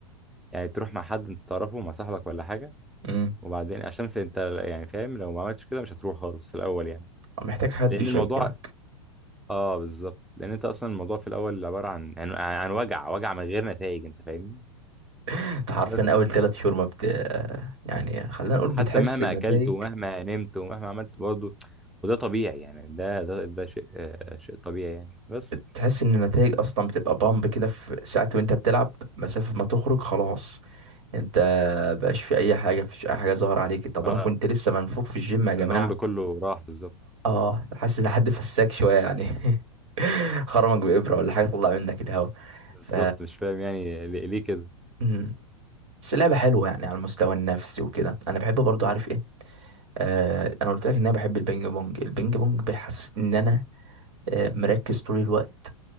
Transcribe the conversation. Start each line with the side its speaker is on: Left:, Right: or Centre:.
Centre: يعني تروح مع حد انت تعرفه مع صاحبك ولا حاجة
Right: امم
Centre: وبعدين عشان في انت يعني فاهم لو ما عملتش كده مش هتروح خالص في الأول يعني
Right: محتاج حد
Centre: لأن
Right: يشجعك
Centre: الموضوع اه بالظبط لأن انت أصلا الموضوع في الأول عبارة عن عن, عن وجع وجع من غير نتائج انت فاهمني
Right: <laughs> انت عارفين
Centre: بس
Right: اول ثلاث شهور ما بت آه، يعني خلينا نقول بتحس
Centre: حتى مهما
Right: بنتائج
Centre: أكلت ومهما نمت ومهما عملت برضه وده طبيعي يعني ده ده ده شيء آه شيء طبيعي يعني بس
Right: تحس ان النتائج اصلا بتبقى بامب كده في ساعات وانت بتلعب مسافة ما تخرج خلاص انت بقاش في اي حاجة مفيش اي حاجة ظاهرة عليك طب
Centre: اه
Right: انا كنت لسه منفوخ في الجيم يا جماعة
Centre: البامب كله راح بالظبط
Right: اه حاسس ان حد فساك شوية يعني <laughs> خرمك بإبرة ولا حاجة طلع منك الهوا
Centre: بالظبط
Right: ف
Centre: مش فاهم يعني ليه ليه كده
Right: مم. بس اللعبة حلوة يعني على المستوى النفسي وكده انا بحب برضو عارف ايه آه انا قلت لك ان انا بحب البينج بونج البينج بونج بيحسسني ان انا آه مركز طول الوقت